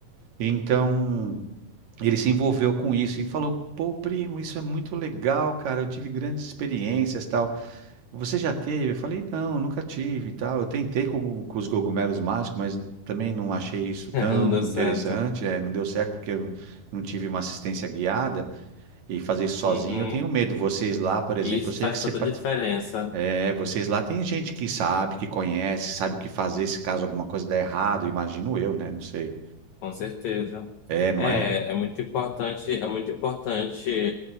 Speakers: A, on the right (about 55°); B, on the left (about 70°).
A: Então, ele se envolveu com isso e falou: "Pô, primo, isso é muito legal, cara. Eu tive grandes experiências, tal. Você já teve?" Eu falei: "Não, nunca tive, e tal. Eu tentei com, com os cogumelos mágicos, mas também não achei isso
B: <laughs>
A: tão
B: Não deu certo.
A: interessante. É, não deu certo porque eu não tive uma assistência guiada e fazer isso sozinho,
B: Uhum.
A: eu tenho medo. Vocês lá, por exemplo,
B: E isso
A: eu sei
B: faz
A: que
B: toda
A: você part-
B: a diferença,
A: é, vocês lá tem gente que sabe, que conhece, sabe o que fazer se caso alguma coisa der errado, imagino eu, né? Não sei.
B: com certeza.
A: É, não
B: É,
A: é?
B: é muito importante, é muito importante